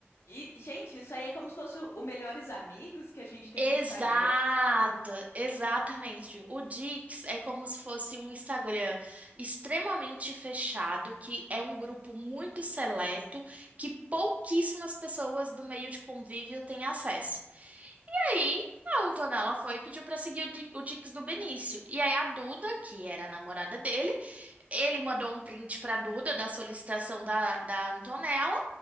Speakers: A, on the left; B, on the right.
A: E, gente, isso aí é como se fosse o o Melhores Amigos que a gente tem
B: Exato,
A: no Instagram, sabe?
B: exatamente. O Dix é como se fosse um Instagram extremamente fechado, que é um grupo muito seleto, que pouquíssimas pessoas do meio de convívio têm acesso. E aí, a Antonella foi e pediu para seguir o Di- o Dix do Benício. E aí, a Duda, que era a namorada dele, Ele mandou um print para Duda da solicitação da, da Antonella.